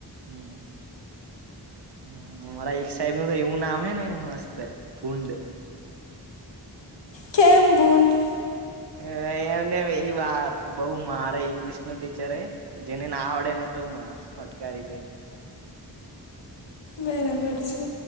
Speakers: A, on the right; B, on the left.
A: હમ હમ અમારા એક સાહેબનું તો એવું નામ હે ને મસ્ત. સે ભૂંડ.
B: કેમ ભૂંડ?
A: એ એમને એ બહુ મારે ઈંગ્લિશનો ટીચર એ. જેને ના આવડે એને તો મા ફટકારી દે.
B: બરાબર છે